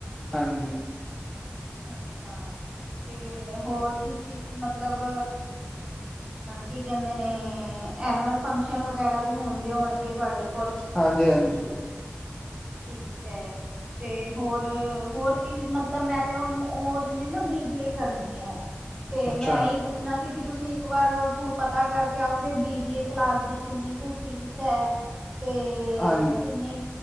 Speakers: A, on the left; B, on the right.
A: ਹਾਂਜੀ।
B: ਅੱਛਾ, ਤੇ ਹੋਰ ਕਿਸ ਚੀਜ ਦੀ ਮਤਲਬ ਕੀ ਕੈਂਦੇ ਨੇ, ਐਨੂਅਲ ਫੰਕਸ਼ਨ ਵਗੈਰਾ ਵੀ ਹੁੰਦੇ ਹੋਣਗੇ ਤੁਆਡੇ
A: ਹਾਂਜੀ, ਹਾਂਜੀ
B: ਠੀਕ ਐ ਤੇ ਹੋਰ ਹੋਰ ਕੀ ਮਤਲਬ ਮੈ ਤੇ ਓਨੂੰ, ਓਨੇ ਨਾ ਬੀ ਬੀ ਏ ਕਰਨੀ ਐ ਤੇ
A: ਅੱਛਾ
B: ਮੈ ਇਹੀ ਪੁੱਛਨਾ ਸੀ ਕਿ ਤੁਸੀ ਇੱਕ ਵਾਰ ਪਤਾ ਕਰਕੇ ਆਓਗੇ ਬੀ ਬੀ ਏ ਕਲਾਸ ਦੀ ਕਿੰਨੀ ਕੁ ਫੀਸ ਐ? ਤੇ
A: ਹਾਂਜੀ
B: ਕਿੰਨੀ